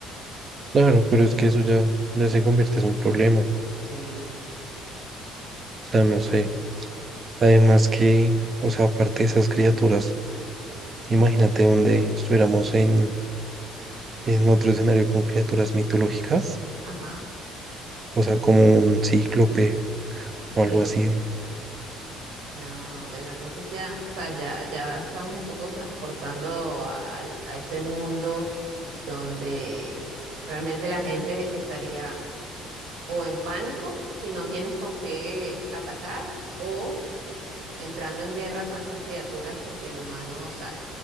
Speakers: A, on the right; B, on the right.
A: Claro, pero es que eso ya, ya se convierte en un problema. O
B: Sí,
A: sea,
B: total.
A: no sé. Además que, o sea, aparte de esas criaturas, imagínate donde estuviéramos en, en otro escenario con criaturas mitológicas,
B: Ajá.
A: o sea, como un cíclope
B: <laughs>
A: o algo así.
B: No, bueno, entonces ya, sabes, ya, ya estamos un poco transportando al- a ese mundo donde realmente la gente estaría o en pánico si no tienes con qué atacar o entrando en guerra con estas criaturas porque el humano, ¿sabes?